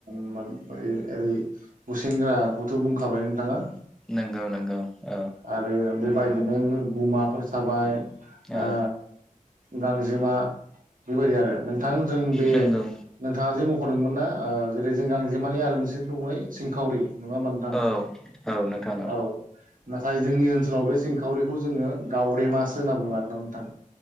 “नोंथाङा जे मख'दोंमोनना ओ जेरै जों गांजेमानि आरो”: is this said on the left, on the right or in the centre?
Right